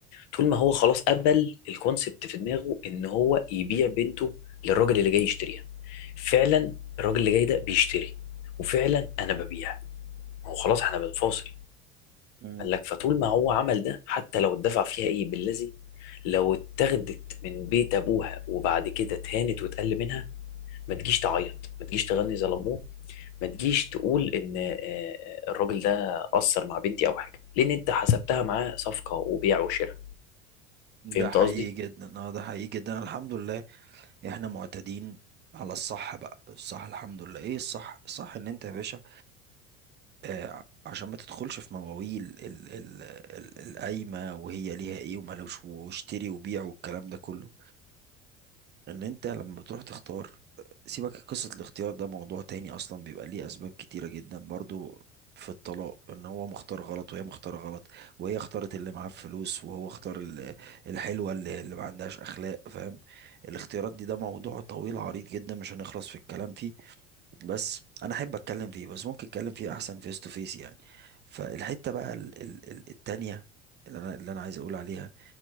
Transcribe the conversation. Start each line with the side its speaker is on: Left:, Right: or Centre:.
Left: طول ما هو خلاص قبل الكونسبت في دماغه ان هو يبيع بنته للراجل اللي جاي يشتريها فعلا الراجل اللي جاي ده بيشتري وفعلا انا ببيع ما هو خلاص احنا بنفاصل
Right: مم.
Left: قال لك فطول ما هو عمل ده حتى لو اتدفع فيها ايه بالذي لو اتاخدت من بيت ابوها وبعد كده اتهانت واتقل منها ما تجيش تعيط ما تجيش تغني زي لموه ما تجيش تقول ان آه، الراجل ده قصر مع بنتي او حاجه لان انت حسبتها معاه صفقه وبيع وشراء
Right: ده
Left: فهمت
Right: حقيقي
Left: قصدي
Right: جدا اه ده حقيقي جدا الحمد لله احنا معتادين على الصح بقى الصح الحمد لله ايه الصح الصح ان انت يا باشا آه عشان ما تدخلش في مواويل ال- ال- ال- القايمة وهي ليها ايه ومالوش واشتري وبيع والكلام ده كله ان انت لما بتروح تختار سيبك قصة الاختيار ده موضوع تاني اصلا بيبقى ليه اسباب كتيرة جدا برضو في الطلاق ان هو مختار غلط وهي مختارة غلط وهي اختارت اللي معاه فلوس وهو اختار ال- الحلوة اللي, اللي ما عندهاش اخلاق فاهم الاختيارات دي ده موضوع طويل عريض جدا مش هنخلص في الكلام فيه بس انا احب اتكلم فيه بس ممكن اتكلم فيه احسن فيس تو فيس يعني فالحتة بقى ال- ال- ال- التانية اللي انا اللي انا عايز اقول عليها